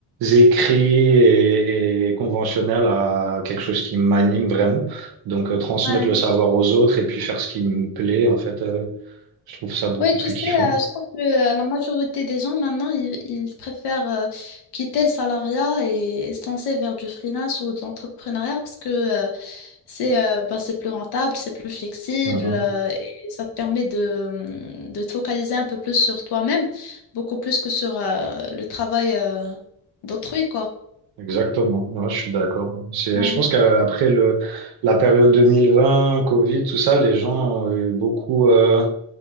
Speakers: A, on the right; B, on the left.
A: écrit et, et conventionnel à quelque chose qui m'anime vraiment. Donc euh, transmettre
B: Ouais.
A: le savoir aux autres et puis faire ce qui me plaît, en fait, euh, je trouve ça beaucoup
B: Oui tu
A: plus
B: sais,
A: kiffant.
B: euh, je trouve que euh, la majorité des gens maintenant, ils, ils préfèrent euh, quitter le salariat et, et se lancer vers du freelance ou de l'entrepreneuriat parce que euh, C'est euh, bah, c'est plus rentable, c'est plus flexible
A: Mhm.
B: euh, et ça te permet de, de te focaliser un peu plus sur toi-même, beaucoup plus que sur euh, le travail euh, d'autrui, quoi.
A: Exactement, Ouais, je suis d'accord. C'est,
B: Ouais.
A: je pense qu'après le, la période 2020 Covid, tout ça, les gens ont eu beaucoup... euh,